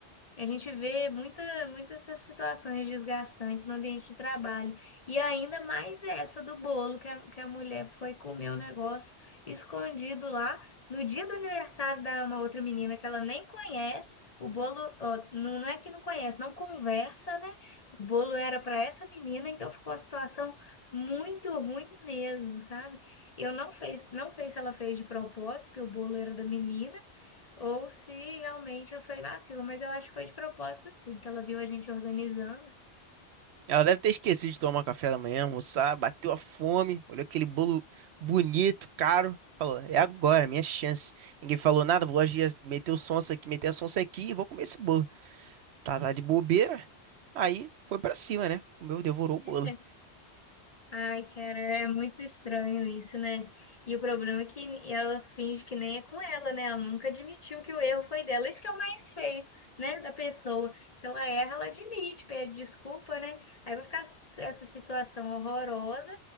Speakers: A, on the left; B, on the right.
A: a gente vê muita, muitas essas situações desgastantes no ambiente de trabalho. E ainda mais essa do bolo, que a, que a mulher foi comer o negócio escondido lá no dia do aniversário da uma outra menina que ela nem conhece. O bolo, ó, não, não é que não conhece, não conversa, né? O bolo era para essa menina, então ficou a situação muito ruim mesmo, sabe? Eu não fez, não sei se ela fez de propósito, porque o bolo era da menina. Ou se realmente foi vacilo, mas eu acho que foi de propósito, sim, que ela viu a gente organizando.
B: Ela deve ter esquecido de tomar café da manhã, almoçar, bateu a fome, olhou aquele bolo bonito, caro, falou: É agora, minha chance. Ninguém falou nada, vou agir, meter o sonso aqui, meter a sonsa aqui e vou comer esse bolo. Tá, tá de bobeira. Aí foi pra cima, né? Comeu, devorou o bolo.
A: <laughs> Ai, cara, é muito estranho isso, né? E o problema é que ela finge que nem é com ela, né? Ela nunca admitiu que o erro foi dela. Isso que é o mais feio, né? Da pessoa. Se ela erra, ela admite, pede desculpa, né? Aí vai ficar essa situação horrorosa